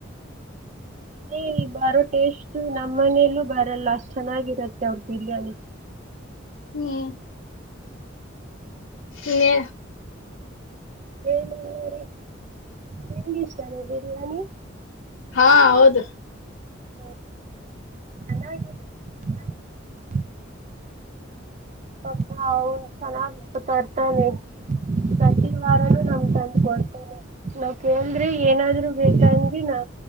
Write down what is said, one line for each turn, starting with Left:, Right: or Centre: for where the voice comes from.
Right: ಮನೇಲಿ ಬರೋ ಟೇಸ್ಟ್ ನಮ್ಮ್ ಮನೇಲ್ಲೂ ಬರಲ್ಲ ಅಷ್ಟ ಚೆನ್ನಾಗಿರತ್ತೆ ಅವರ ಬಿರಿಯಾನಿ
Left: ಹ್ಮ್ ಹೇ
Right: ಏನು ಇಲ್ಲ ರಿ. ನಿಮ್ಗ್ ಇಷ್ಟಾನ ಬಿರಿಯಾನಿ.
Left: ಹಾ ಹೌದು
Right: ಹ್ಮ್ ಚೆನ್ನಾಗಿರುತ್ <unintelligible> ಪಪ ಅವನು ಚೆನ್ನಾಗ್ ತರ್ತಾನೆ ಪ್ರತಿ ವಾರನು ನಮ್ಗ್ ತಂದ್ ಕೊಡ್ತಾನೆ ನಾವ್ ಕೇಳಿದ್ರೆ ಏನಾದ್ರು ಬೇಕಂಗ ನಾ